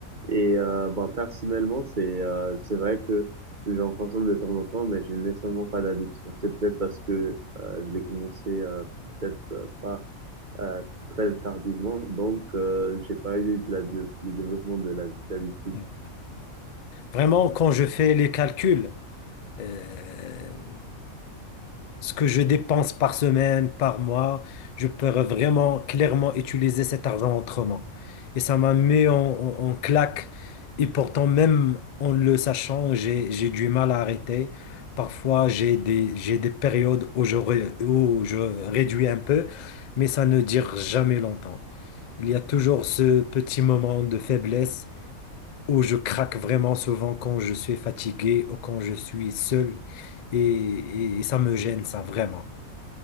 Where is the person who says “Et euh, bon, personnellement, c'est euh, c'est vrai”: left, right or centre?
Right